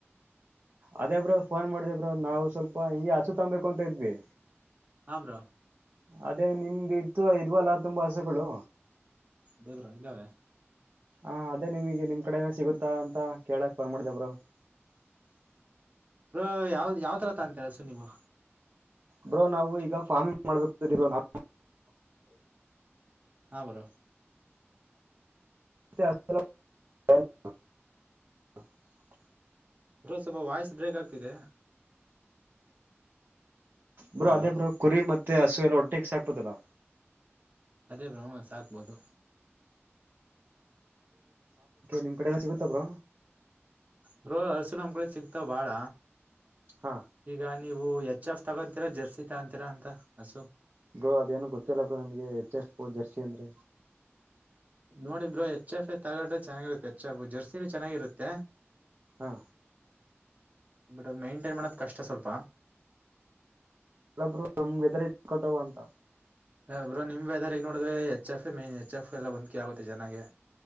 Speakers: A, on the right; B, on the right.
A: ಅದೇಬ್ರ ಫೋನ್ ಮಾಡ್ದಬ್ರ ನಾವು ಸ್ವಲ್ಪ ಹಿಂಗಗೆ ಹಚು ತೊಂಬಬೇಕು ಅಂತ ಇದ್ವಿ.
B: ಆ ಬ್ರೋ.
A: ಅದೇ ನಿಮ್ದ ಇತ್ತು ಇದ್ವಲ್ಲ ತುಂಬಾ ಹಸುಗಳು.
B: ದೇವ್ರಾ ಇದ್ದಾವೆ.
A: ಹ ಅದೇ ನಿಮಗೆ ನಿಮ್ ಕಡೆ ಏನೋ ಸಿಗುತ್ತಾ ಅಂತ ಕೇಳಕ್ ಪೋನ್ ಮಾಡ್ದೆ ಬ್ರೋ. <unintelligible>
B: ಹ ಯಾವ ಯಾವ ತರ ತ ಅಂತರಸ ನೀವು.
A: ಬ್ರೋ ನಾವು ಈಗ ಫಾರ್ಮಿಂಗ್ ಮಾಡ್ಬೇಕರ <unintelligible>
B: ಹಾ ಬ್ರೋ.
A: <unintelligible>
B: ಬ್ರೋ ಸ್ವಲ್ಪ ವಾಯ್ಸ್ ಬ್ರೇಕ್ ಆಗ್ತಿದೆ.
A: ಬ್ರೋ
B: ಹಲೋ
A: ಅದೇ ಬ್ರೋ ಕುರಿ ಮತ್ತೆ ಹಸು ಎಲ್ಲ ಹೊಟ್ಟೆೆಗೆ ಸಾಕ್ಪುದಲ್ಲ.
B: ಅದೇ ಬ್ರೋ ಸಾಕ್ಬೋದು.
A: ನಿಮ್ಮ್ ಕಡೇ ಯಲ್ಲಾ ಸಿಗುತ್ತ ಬ್ರೋ.
B: ಬ್ರೋ ಹಸು ನಮ್ ಕಡೆ ಸಿಕ್ತಾವ ಬಾಳ
A: ಹಾ
B: ಈಗ ನೀವು. ನೀವು ಎಚ್ ಎಫ್ ತಗೊತೀರಾ ಜರ್ಸಿ ತಗೊಂತೀರಾ ಅಂತ ಹಸು.
A: ಬ್ರೋ ಅದೇನು ಗೊತ್ತಿಲ್ಲ ಬ ನಿಮ್ಗೆ ಎಚ್ ಎಫ್ ಜರ್ಸಿ ಅಂದ್ರೆ.
B: ನೋಡಿ ಬ್ರೋ ಎಚ್ ಎಫ್ ಎ ತಗೊಂಡ್ರೆ ಚೆಾಗಿರುತ್ತೆ ಎಚ್ ಎಫ್ ಜರ್ಸಿಿನ ಚೆನ್ನಾಗಿರುತ್ತೆ.
A: ಹಾ.
B: ಬಟ್ ಅದ ಮೇಂಟೈನ್ ಮಾಡದ ಕಷ್ಟ ಸ್ವಲ್ಪ.
A: ಬ್ರೋ ನಮಗೆದ್ರ ಸಿಕ್ಕೋದ್ ಅಂತ.
B: ಬ್ರೋ ನಿಮ್ ವೆದರ್ ನೋಡಿದ್ರೆ H F A main H F A ಎಲ್ಲ ಹೊಂದ್ಕೆ ಆಗುತ್ತೆ ಚನ್ನಾಗಿ.